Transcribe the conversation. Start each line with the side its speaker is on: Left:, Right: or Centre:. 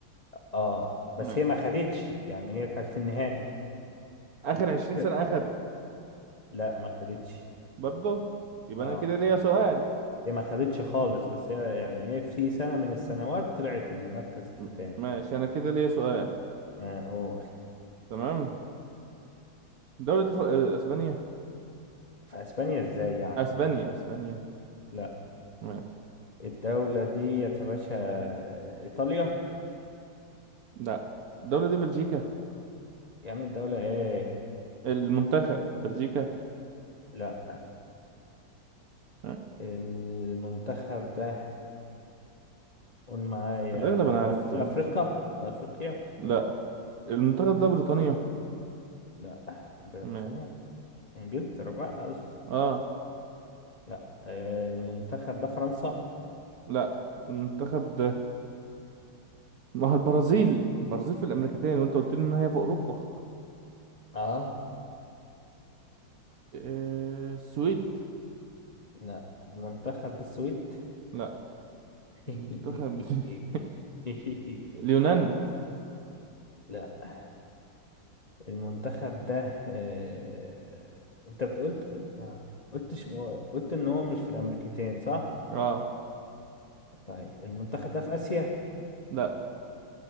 Left: اه بس
Right: ماشي
Left: هي ما خدتش يعني هي كانت في النهائي
Right: اخر 20
Left: <laughs> اخر
Right: سنة اخدت
Left: لا ما خدتش
Right: برضه يبقى
Left: اه
Right: انا كده ليا سؤال
Left: هي ما خدتش خالص بس هي
Right: يبقى-
Left: يعني ايه في سنه من السنوات طلعت المركز
Right: م-
Left: الثاني
Right: ماشي انا كده ليا سؤال
Left: اه أوه.
Right: تمام الدولة دي ف... آه، اسبانيا
Left: في اسبانيا ازاي يعني
Right: اسبانيا اسبانيا
Left: لا
Right: ماشي
Left: الدولة دي يا باشا إيطاليا
Right: لا الدولة دي بلجيكا
Left: يا عم الدولة إيه
Right: المنتخب بلجيكا
Left: لا
Right: آه،
Left: المنتخب ده قول معايا
Right: في الاغلب انا عرفته
Left: في
Right: ماشي
Left: أفريقيا في أفريقيا
Right: لا المنتخب ده بريطانيا
Left: لا بريطانيا
Right: ماشي
Left: إنجلترا بقى قصدي
Right: اه
Left: لا آه، المنتخب ده فرنسا
Right: لا المنتخب ده ما هو البرازيل البرازيل في الامريكتين وانت قلت لي ان هي في اوروبا
Left: آه
Right: آه، السويد
Left: لا المنتخب ده السويد
Right: لا
Left: <laughs>
Right: منتخب <laughs> اليونان
Left: لا المنتخب ده آه، أنت بتقول آه، قلتش قلت إن هو مش في الأمريكتين صح؟
Right: اه
Left: طيب المنتخب ده في آسيا؟
Right: لا